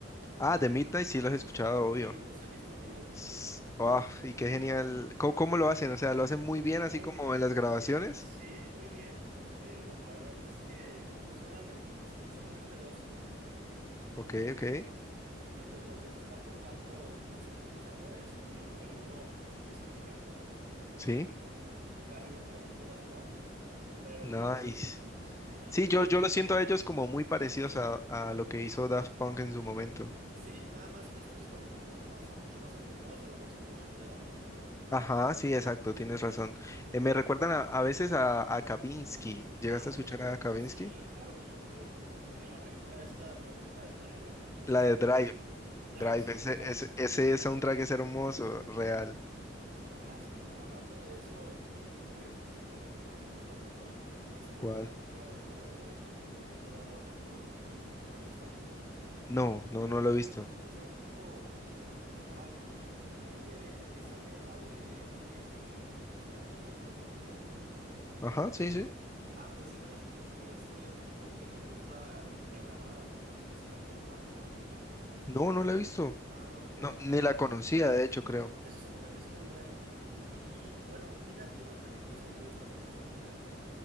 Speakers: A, on the left (about 15°); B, on the right (about 50°).
A: Ah, The Midnight sí los he escuchado, obvio.
B: Ellos los he visto en vivo.
A: S- ah, y qué genial. ¿Cómo, cómo lo hacen? O sea, ¿lo hacen muy bien
B: Muy
A: así como
B: bien,
A: en las
B: muy
A: grabaciones?
B: bien. Sí, muy bien. Eh, la, la verdad es que son, amen- son solamente dos.
A: Ok, ok.
B: Y pues los dos están tocando con sintetizadores, y, pero uno es el que canta.
A: Sí.
B: Se la figura como tipo Daft Punk, pero...
A: Nice.
B: Ajá.
A: Sí, yo, yo lo siento a ellos como muy parecidos a, a lo que hizo Daft Punk en su momento.
B: Sí, nada más que estos están mu- como más, mucho más enfocados a la música ochentera, ¿no?
A: Ajá, sí, exacto, tienes razón. Eh, me recuerdan a, a veces a, a Kavinsky. ¿Llegaste
B: Ándale.
A: a escuchar a Kavinsky?
B: Sí, claro, y eh, en la película esta creo que es la de Driver, su
A: La
B: soundtrack.
A: de Drive.
B: Drive,
A: Drive,
B: sí,
A: ese,
B: Drive.
A: ese, ese soundtrack es hermoso, real.
B: Ah, s- hablando de eso, hay otro soundtrack que me gusta mucho, que es en
A: ¿Cuál?
B: la película esta de Merodeador Nocturno. ¿La has visto?
A: No, no, no
B: De,
A: lo he visto.
B: es de un tipo, de, al- ay, el de que sale en la de James Gilligan, creo que se llama, la de Cool Mountain y
A: Ajá, sí, sí.
B: Ah, pues él es, y es de un tipo que le gusta ir a grabar a los, a los accidentes, ¿no lo has visto?
A: No, no lo he visto.
B: Ah, luego te,
A: No,
B: te
A: ni
B: la recomiendo.
A: la conocía, de hecho, creo.
B: Ese soundtrack es muy bueno. Y bueno, dime a ti unas películas que te gusta mucho el soundtrack.